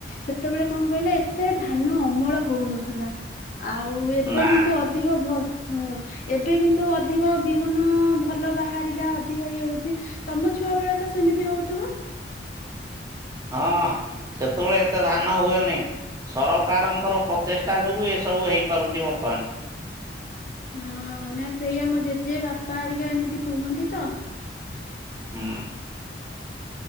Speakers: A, on the left; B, on the right.
A: ସେତେବେଳେ କଣ କହିଲ ଏତେ ଧାନ ଅମଳ ହଉ ନଥିଲା। ଆଉ ଏବେ
B: ନା
A: କିନ୍ତୁ ଅଧ୍ ଅଧିକ ଭ ହୁଁ, ଏବେ କିନ୍ତୁ ଅଧିକ ବିହନ-ଅ-ଅ ଭଲ ବାହାରିଲା ଅ ଅଧିକ ଇଏ ହଉଚି, ତମ ଛୁଆବେଳେ ତ ସେମିତି ହଉଥିବ?
B: ହଁ, ସେତେବେଳେ ଏତେ ଧାନ ହୁଏନି। ସରକାରଙ୍କର ପ୍ରଚେଷ୍ଟା ଯୋଗୁଁ ଏସବୁ ହେଇପାରୁଛି ବର୍ତ୍ତମାନ।
A: ହଁ-ଅ-ଅ, ନା ସେଇଆ ମୋ ଜେଜେ ବାପା ହେରିକା ଏମିତି କୁହନ୍ତି ତ।
B: ହୁଁ।